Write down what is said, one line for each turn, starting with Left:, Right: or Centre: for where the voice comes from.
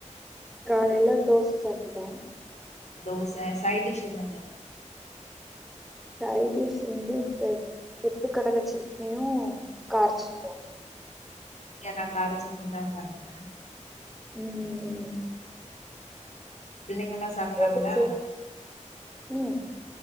Centre: காலைல தோச சாப்ட்ட
Left: தோச சைட் டிஷ் என்னது?
Centre: சைடிஷ் வந்து த பொட்டு கடல சட்னியு, கார சட்னியு
Left: யநா கார சட்னிதா பண்ணே
Centre: உம் உம்
Left: பிள்ளைங்கல்லா சாப்ட்டாங்ளா
Centre: தோசையா? ம்